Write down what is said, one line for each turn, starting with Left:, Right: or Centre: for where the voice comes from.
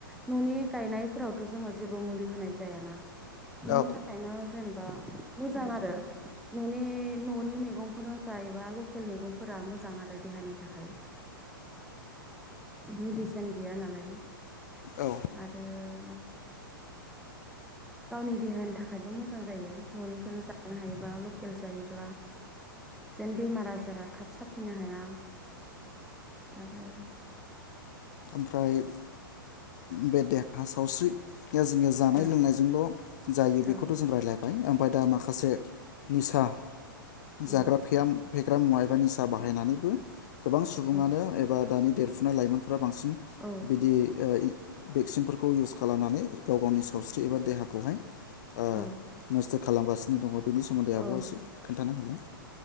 Centre: ननि गायनायफोरावथ जोङो जेबो मुलि होनाय जायाना बिनि
Left: औ
Centre: थाखायनो जेनेबा मोजां आरो ननि ननि मैगं नखराव‌जायोब्ला लखेल मेगंफोरा मोजां आरो देहानि थाखाय मिदिसेननि गैया नालाय
Left: औ
Centre: आरो उम गावनि देहानि थाखायबो मोजां जायो ननिखौनो जानो हायोबा लकेल जायोब्ला जेन बेमार आजारा थाब साफिननो हाया आरो
Left: ओमफ्राय बे देहा सावस्रि द जोंनिया जानाय
Centre: ओ
Left: लोंनायजोंल जायो बेखौथ
Centre: औ
Left: जों रायज्लाय <unintelligible> ओफायदा माखासे निसा जाग्रा
Centre: उम
Left: फैयाम फेग्रा मुवा एबा निसा बाहायनानैबो गोबां सुबुङानो
Centre: औ
Left: एबा दानि देरफुनाय लाइमोन फ्रा बांसिन
Centre: औ
Left: बिदि ओ भेक्सिनफोरखौ इउस खालामनानै गाव गावनि सावस्रि एबा देहाखौहाय ओ
Centre: औ
Left: <unintelligible> खालामगासिनो दङ बेनि सोमोन्दै
Centre: औ
Left: आब'आ
Centre: ओम
Left: एसे खोन्थाना होलाय